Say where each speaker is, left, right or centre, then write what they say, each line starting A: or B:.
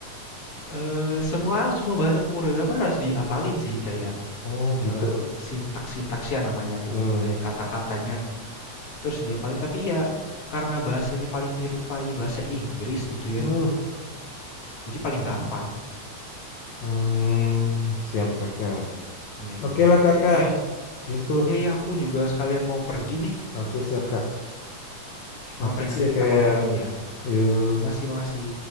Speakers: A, on the left (about 50°); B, on the left (about 70°).
A: Eh, semua semua bahasa pemrograman harus dihafalin sih kayak
B: Oh gitu.
A: eh, sintaks-sintaksnya namanya tuh
B: Hmm.
A: kayak kata-katanya terus dia paling tapi ya karena bahasanya paling menyerupai bahasa Inggris gitu ya
B: Hmm.
A: jadi paling gampang
B: Hmm. Siap kakak.
A: Iya,
B: Oke
A: iya, iya.
B: lah kakak.
A: Eh,
B: Itu.
A: iya, iya, aku juga sekalian mau pergi nih.
B: Oke siap kak. Makasih
A: Oke, nanti
B: ya
A: kita
B: kayak.
A: ngobrol lagi ya.
B: Yuk.
A: Makasih, makasih.